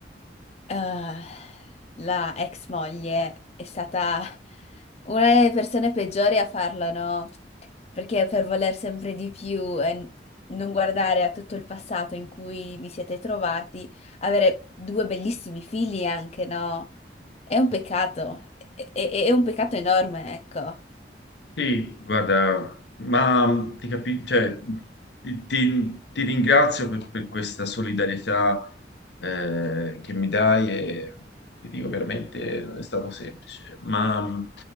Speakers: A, on the left; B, on the left.
A: eh, la ex moglie è stata una delle persone peggiori a farlo, no? Perché per voler sempre di più e n- non guardare a tutto il passato in cui vi siete trovati, avere due bellissimi figli anche, no? È un peccato, è, è- è un peccato enorme, ecco.
B: Sì, guarda, ma ti capi- cioè, ti, ti- ti ringrazio per, per questa solidarietà eh, che mi dai e ti dico veramente non è stato semplice, ma